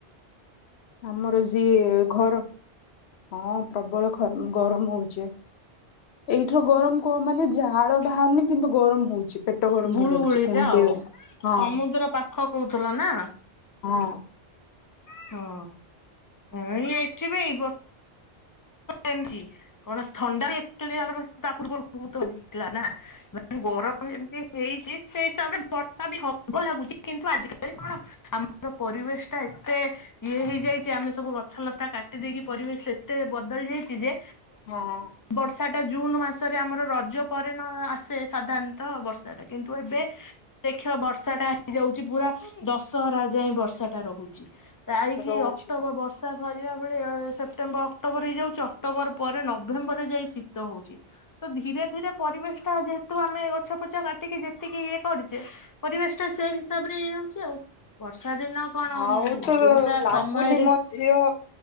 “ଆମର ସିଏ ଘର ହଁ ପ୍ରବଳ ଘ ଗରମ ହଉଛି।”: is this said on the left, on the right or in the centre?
Left